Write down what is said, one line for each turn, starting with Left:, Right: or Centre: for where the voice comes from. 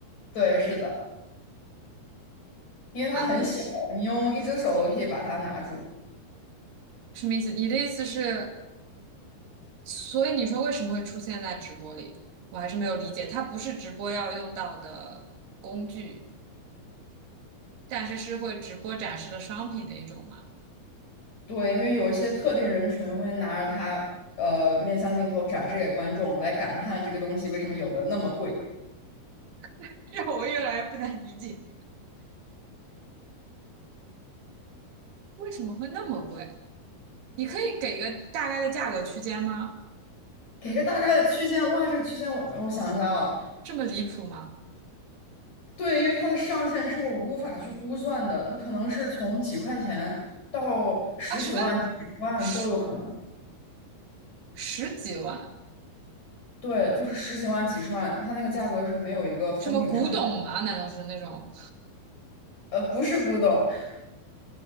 Left: 对，是的，因为它很小，
Right: 啊，
Left: 你用一只手都可以把它拿住。
Right: 什么意思？你的意思是，所以你说为什么会出现在直播里？我还是没有理解，它不是直播要用到的工具，但是是会直播展示的商品的一种吗？
Left: 对，因为有一些特定人群会拿着它，呃，面向镜头展示给观众，来感叹这个东西为什么有的那么贵。
Right: <laughs> 这我越来越不能理解，为什么会那么贵？你可以给个大概的价格区间吗？
Left: 给个大概的区间，哇，这个区间我我想一下啊，
Right: 这么离谱吗？
Left: 对，因为它的上限是我无法去估算的，那可能是从几块钱到十几万、
Right: 啊，什么
Left: 几十万都有可能。
Right: 十十几万？
Left: 对，就是十几万、几十万，它那个价格是没有一个封顶上。
Right: 什么古董吗？难道是那种？
Left: 呃，不是古董，